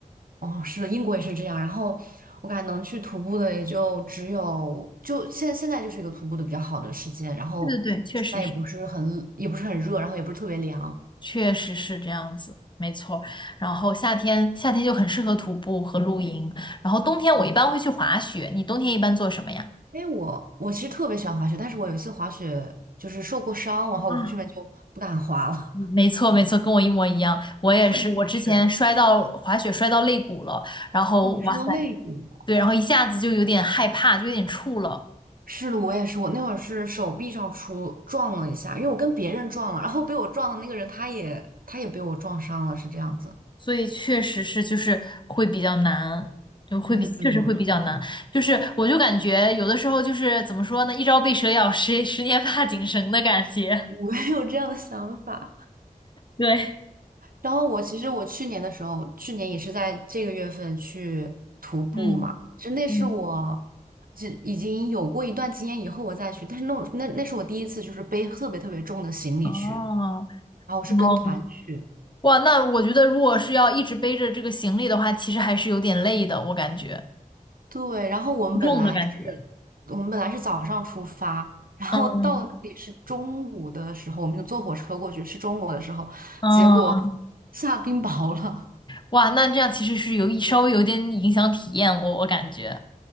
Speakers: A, on the right; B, on the left.
A: 哦，是的，英国也是这样。然后我感觉能去徒步的也就只有，就现现在就是一个徒步的比较好的时间。然后现在也不是很也不是很热，
B: 对对对，确实是。
A: 然后也不是特别凉。
B: 确实是这样子，没错儿然后夏天夏天就很适合徒步和露营，然后冬天我一般会去滑雪。你冬天一般做什么呀？
A: 因为我我其实特别喜欢滑雪，但是我有一次滑雪就是受过伤，然后我后面就不敢滑了。
B: 啊，没错，没错，跟我一模一样。我也是，
A: <laughs> 问题是，
B: 我之前摔到滑雪摔到肋骨了，然后哇塞，
A: 哦，你说到肋骨了
B: 对，然后一下子就有点害怕，就有点怵了。
A: 是的，我也是，我那会儿是手臂上出撞了一下，因为我跟别人撞了，然后被我撞的那个人他也他也被我撞伤了，是这样子。
B: 所以确实是就是会比较难，就会比确实会比较难。
A: 嗯，嗯
B: 就是我就感觉有的时候就是怎么说呢，一朝被蛇咬，十十年怕井绳的感觉。
A: 我也有这样的想法。
B: <laughs> 对，
A: 然后我其实我去年的时候，去年也是在这个月份去徒步嘛，
B: 嗯
A: 就那是我
B: 嗯，
A: 就已经有过一段经验以后我再去，但是那我那那是我第一次就是背特别特别重的行李去，
B: 哦
A: 然后我是跟团去，
B: 哦，哇，那我觉得如果是要一直背着这个行李的话，其实还是有点累的，我感觉
A: 对，然后我们本来是，
B: 负重的感觉。
A: 我们本来是早上出发。然后到了那里是中午的时候，
B: 嗯
A: 我们就坐火车过去，是中午的时候，
B: 嗯，
A: 结果下冰雹了。
B: 哇，那这样其实是有一稍微有点影响体验，我我感觉。